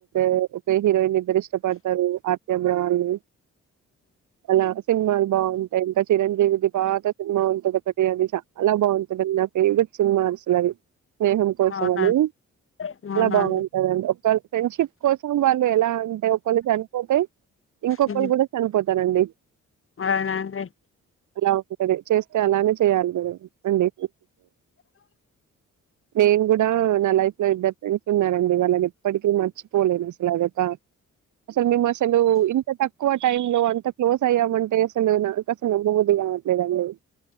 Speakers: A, on the right; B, on the left.
A: ఒకే హీరోయిన్నిద్దరు ఇష్టపడతరు ఆర్తి అమ్రాళి అలా సినిమాలు బాగుంటాయి ఇంకా చిరంజ్ విది బాత సినిమా ఉంటదొకటి అది చాలా బాగుంటదండి నా ఫేవరెట్ సినిమా అసలు అది స్నేహం కోసం
B: అవునండి
A: అని
B: అవునండి
A: చాలా బాగుంటదండి ఒకళ్ ఫ్రెండ్షిప్ కోసం వాళ్ళు ఎలా అంటే ఒకళ్ళు చనిపోతే ఇంకొకళ్ళు
B: ఉమ్,
A: కూడా చనిపోతారండి
B: అవునండి
A: బా ఉంటది చేస్తే అలానే చేయాలి కదా అండి నేన్ గుడా నా లైఫ్ లో ఇద్దరు ఫ్రెండ్స్ ఉన్నారండి వాళ్ళని ఎప్పటికి మర్చి పోలే నసలాదొకా అసలు మేము అసలు ఇంత తక్కువ టైంలో అంత క్లోజ్ అయ్యామంటే అసలు నాకసలు నమ్మబుద్ది కాట్లేదండి